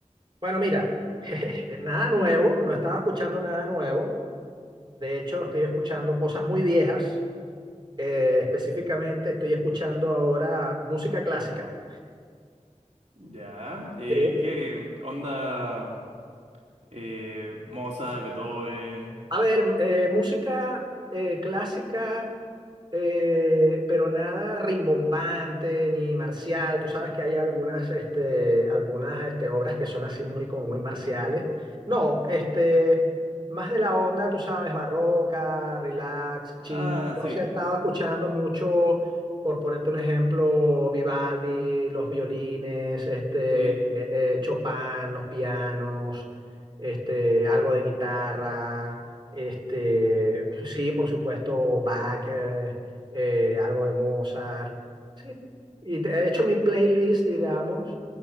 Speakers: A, on the right; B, on the right.
A: Bueno, mira, <laughs> nada nuevo, no estaba escuchando nada nuevo. De hecho, estoy escuchando cosas muy viejas. Eh, específicamente, estoy escuchando ahora música clásica.
B: Ya. eh,
A: Sí.
B: ¿qué onda? eh, Mozart, Beethoven.
A: A ver, eh, música eh, clásica. eh, pero nada rimbombante ni marcial. Tú sabes que hay algunas, este, algunas este, obras que son así muy, como muy marciales. No, este, más de la onda, tú sabes, barroca, relax, chill.
B: Ah,
A: Entonces
B: sí,
A: he estado escuchando mucho, por ponerte un ejemplo, Vivaldi, los violines, este,
B: sí.
A: eh, eh, Chopin, los pianos, este, algo de guitarra. Este, sí, por supuesto, Bach, eh, eh, algo de Mozart, sí. Y te- he hecho mi playlist, digamos,